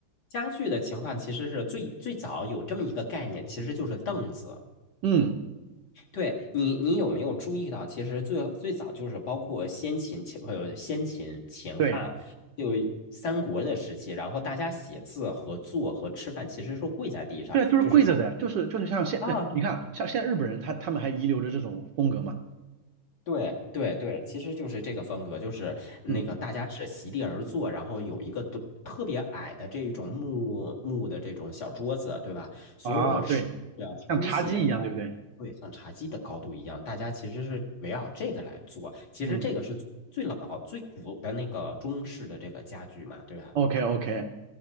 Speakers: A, on the left; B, on the right.
A: 家具的情况其实是最最早有这么一个概念，其实就是凳子。
B: 嗯，
A: 对你，你有没有注意到，其实最最早就是包括先秦、秦呃先秦、秦汉，
B: 对，
A: 就三国的时期，然后大家写字和坐和吃饭其实是跪在地上，
B: 对，就是跪着的，
A: 就是
B: 就是就是像现，
A: 啊
B: 哎你看啊像现在日本人他他们还遗留着这种风格嘛？
A: 对对对，其实就是这个风格，就是那个大家是席地而坐，
B: 嗯，
A: 然后有一个都特别矮的这种木木的这种小桌子，对吧？所有的书呀、
B: 啊，对，像茶几一样，
A: 书写呀，
B: 对不对？
A: 对，像茶几的高度一样，大家其实是围绕这个来做。其实这个是最老、
B: 嗯
A: 最古的那个中式的这个家具嘛，对吧？
B: ，OK OK，